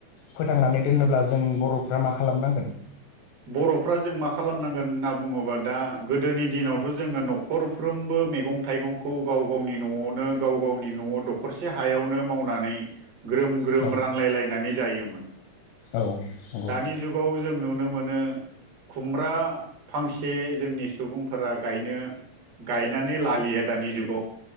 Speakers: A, on the left; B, on the right.
A: फोथांनानै दोनोब्ला जों बर'फ्रा मा खालामनांगोन।
B: बर'फ्रा जों मा खालामनांगोन होनना बुङोबा दा गोदोनि दिनावथ' जोङो न'खरफ्रोमबो मैगं थाइगंखौ गाव गावनि न'आवनो गाव गावनि न'आव दखरसे हायावनो मावनानै ग्रोम ग्रोम
A: औ
B: रानलायलायनानै जायोमोन।
A: औ नंगौ।
B: दानि जुगाव जों नुनो मोनो खुमब्रा फांसे जोंनि सुबुंफोरा गायनो गायनानै लालिया दानि जुगाव।